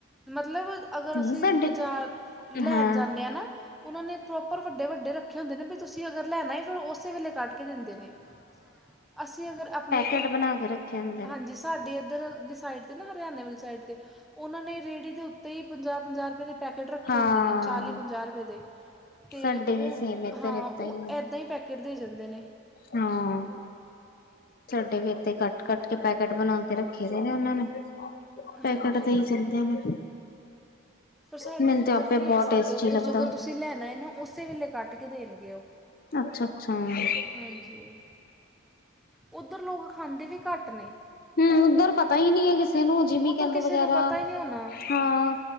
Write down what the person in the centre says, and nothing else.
ਮਤਲਬ ਅਗਰ
ਅਸੀਂ
ਬਜ਼ਾਰ ਲੈਣ
ਜਾਂਣੇ ਆ ਨਾ ਉਹਨਾਂ ਨੇ ਪ੍ਰੋਪਰ ਵੱਡੇ ਵੱਡੇ ਰੱਖੇ ਹੁੰਦੇ ਨੇ ਵੀ ਤੁਸੀਂ ਅਗਰ ਲੈਣਾ ਫਿਰ ਉਸੇ ਵੇਲੇ ਕੱਢ ਕੇ ਦਿੰਦੇ ਨੇ ਅਸੀਂ ਅਗਰ ਆਪਣੇ ਏ
ਹਾਂਜੀ ਸਾਡੀ ਏਧਰ ਲੀ ਸਾਈਡ ਤੇ ਨਾ ਹਰਿਆਨਵੇ ਸਾਇਡ ਤੇ ਉਹਨਾਂ ਨੇ ਰੇਹੜੀ ਦੇ ਉੱਤੇ ਹੀ ਪੰਜਾਹ ਪੰਜਾਹ ਰੁਪਏ ਦੇ ਪੈਕਟ ਰੱਖੇ
ਹੁੰਦੇ ਨੇ ਚਾਲੀ ਪੰਜਾਹ ਰੁਪਏ ਦੇ ਤੇ
ਉਹ
ਹਾਂ
ਉਹ
ਏਦਾਂ ਹੀ ਪੈਕੇਟ ਦੇ ਜਾਂਦੇ ਨੇ
ਹਾਂਜੀ
ਪਰ ਸਾਡੇ
ਉੱਧਰ
ਨਹੀਂ
ਹੈ, ਸਾਡੇ
ਉੱਧਰ
ਜੇਗਰ ਤੁਸੀਂ ਲੈਣਾ ਏ ਨਾ ਉਸੇ ਵੇਲੇ ਕੱਟ ਕੇ ਦੇਨਗੇ ਉਹ
ਹਾਂਜੀ, ਉੱਧਰ ਲੋਕ ਖਾਂਦੇ ਵੀ ਘੱਟ ਨੇ
ਉੱਧਰ
ਕਿਸੇ
ਨੂੰ ਪਤਾ ਹੀ ਨਹੀਂ ਹੋਣਾ